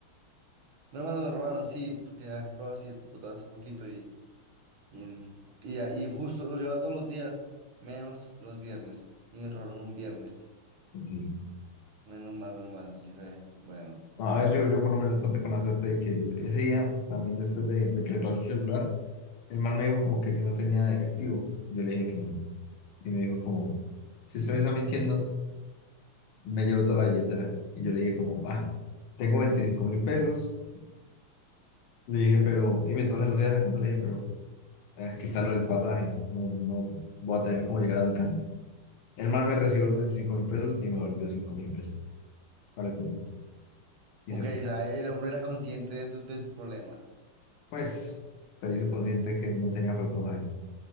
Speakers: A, on the right; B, on the left.
A: menos mal no me robaron, sí, porque ya compraba así el computador hace poquito y, y, en- y, a- y justo lo llevaba todos los días, menos los viernes. Y me robaron un viernes.
B: Sí, sí.
A: Menos mal, menos mal. Dije, bueno.
B: No, a ver, yo, yo por lo menos conté con la suerte de que ese día, también después de, de que le pasó el celular, el man me dijo como que si no tenía efectivo. Yo le dije que no. Y me dijo como, si usted me está mintiendo, me llevo toda la billetera. Y yo le dije como, ah, tengo veinticinco mil pesos. Le dije, pero, y mientras se los iba sacando, le dije, pero Eh, quizá lo del pasaje, no, no voy a tener cómo llegar a mi casa. El man me recibió los veinticinco mil pesos y me volvió cinco mil pesos. Para que- y
A: Ok,
B: se,
A: o sea, el hombre era consciente de tu de tu problema.
B: pues, se hizo consciente que no tenía para el pasaje.